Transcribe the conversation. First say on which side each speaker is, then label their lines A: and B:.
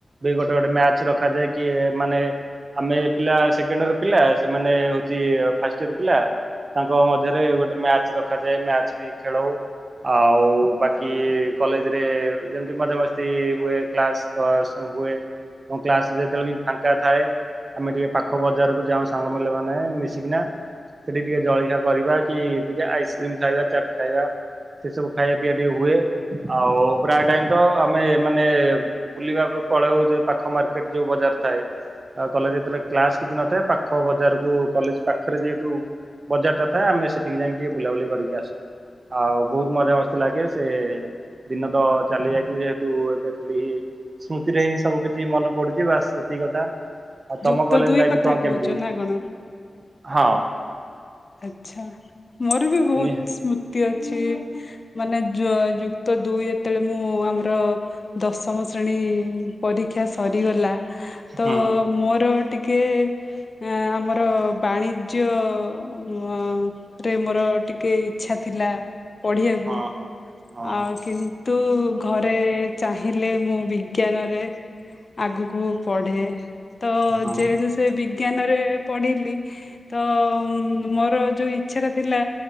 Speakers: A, on the right (about 60°); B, on the left (about 45°).
A: ବି ଗୋଟେ ଗୋଟେ ମ୍ୟାଚ୍ ରଖାଯାଏ କି ମାନେ ଆମେ ପିଲା ସେକେଣ୍ଡ ଅର୍ ପିଲା ସେମାନେ ହଉଛି ଫାଷ୍ଟ ଇଅର୍ ପିଲା। ତାଙ୍କ ମଧ୍ୟରେ ଗୋଟେ ମ୍ୟାଚ ରଖାଯାଏ। ମ୍ୟାଚ ବି ଖେଳଉ ଆଉ ବାକି କଲେଜରେ ଯେମତି ମଜାମସ୍ତି ହୁଏ କ୍ଲାସ୍ ହୁଏ। କ୍ଲାସ ଯେତେବେଳେ ବି ଫାଙ୍କା ଥାଏ ଆମେ ଟିକେ ପାଖ ବଜାରକୁ ଯାଉ ସାଙ୍ଗମାନେ ମାନେ ମିଶିକିନା ସେଠି ଟିକେ ଜଳଖିଆ କରିବା କି ଟିକେ ଆଇସକ୍ରିମ ଖାଇବା ଚାଟ୍ ଖାଇବା ସେ ସବୁ ଖାଇବା ପିଇବା ଟିକେ ହୁଏ। ଆଉ ପ୍ରାୟ ଟାଇମ ତ ଆମେ ମାନେ ବୁଲିବା ପଳାଉ ଯେଓ ପାଖ ମାର୍କେଟ ଯୋଉ ବଜାର ଥାଏ। ଆଉ କଲେଜ ରେ ଯେତେ ବେଳେ କ୍ଲାସ୍ କିଛି ନ ଥାଏ ତ ପାଖ ବଜାର କୁୁ କଲେଜ ପାଖରେ ଯେହେତୁ ବଜାର ଟା ଥାଏ ଆମେ ସେଠକି ଯାଇକ ଟିକେ ବୁଲାବୁଲି କରିକି ଆସୁ। ଆଉ ବହୁତ ମଜାମସ୍ତି ଲାଗେ ସେ ଦିନ ତ ଚାଲି ଯାଇଛି ଯେହେ ତୁ ଏବେ ଖାଲି ସ୍ମୃତିରେ ହିଁ ସବୁ କିଛି ମନେ ପଡୁଛି ବାସ୍ ଏତିକି। ଆଉ ତମ
B: ଯୁକ୍ତ
A: କଲେଜ
B: ଦୁଇ
A: ଲାଇଫ
B: କଥା
A: କଣ କେମିତି?
B: କହୁଛ ନା କଣ?
A: ହଁ।
B: ଆଛା ମୋର ବି ବହୁତ
A: ନିହା
B: ସ୍ମୃତି ଅଛି। ମାନେ ଯ ଯୁକ୍ତ ଦୁଇ ଯେତେବେଳେ ମୁଁ ଆମର ଦଶମ ଶ୍ରେଣୀ ପରୀକ୍ଷା ସରିଗଲା ତ
A: ହଁ।
B: ମୋର ଟିକେ ଟିକେ ଆମର ବାଣିଜ୍ୟ ମ ରେ ମୋର ଟିକେ ଇଚ୍ଛା ଥିଲା। ପଢିବାକୁ
A: ହଁ ହଁ ହଁ
B: ଆଉ କି ନ୍ତୁ ଘରେ ଚାହିଁଲେ ମୁଁ ବିଜ୍ଞାନ ରେ ଆଗକୁ ପଢେ। ତ
A: ହଁ
B: ଯେହେତୁ ସେ ବିଜ୍ଞାନରେ ପଢିଲି ତ ମୋର ଯୋଉ ଇଚ୍ଛାଟା ଥିଲା,